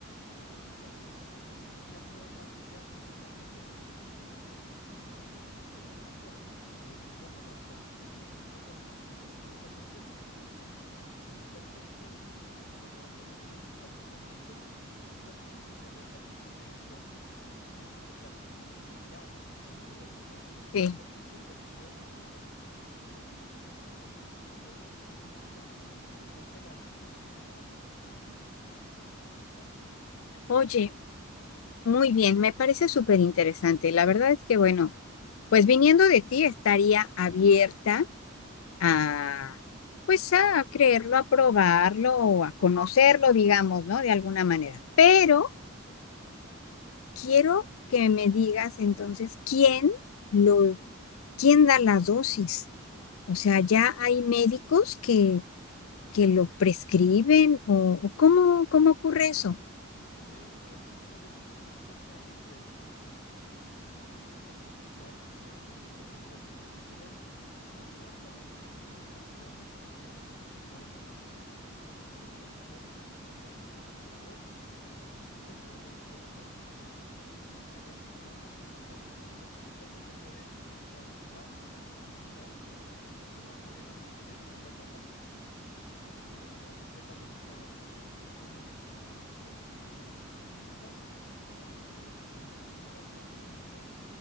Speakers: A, on the left (about 55°); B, on the left (about 75°).
A: porque también como se elimina vía hepática, entonces hay que hacer ese ajuste en la dosis, pero aún así se puede utilizar nada más con mayor precaución con este tipo de pacientes y algunos pacientes hipertensos que estén tomando medicación para la hipertensión, porque también provoca hipotensión para estos pacientes, o sea, los alivia o los, los ayuda mucho en
B: sí.
A: su hipertensión, pero si yo le sumo el efecto hip- hipotensivo de mi medicamento más el del cannabis, pues se me baja mucho más la presión de lo que yo estoy buscando.
B: Oye, muy bien, me parece súper interesante. La verdad es que, bueno, pues viniendo de ti estaría abierta a, pues a creerlo, a probarlo o a conocerlo, digamos, ¿no? De alguna manera. Pero quiero que me digas entonces quién lo, quién da las dosis. O sea, ya hay médicos que, que lo prescriben o, o cómo, cómo ocurre
A: supuesto.
B: eso.
A: El médico que lo prescribe es un médico canapeuta, así se llama, y se tiene que certificar bajo este concepto de medicina canábica. La UNAM ya tiene un diplomado para hacerlo. Hay varias universidades, tanto en Estados Unidos, México, Colombia, Ecuador, que te certifican como médico canapeuta, para que tú entiendas cómo se usa, cómo, cómo se puede coadyuvar con la medicina tradicional, más más bien la medicina alópata, ¿sí? Para que entonces sabe- sepas dónde están las contraindicaciones indicaciones y poderlo utilizar. Normalmente no se utiliza como terapia única,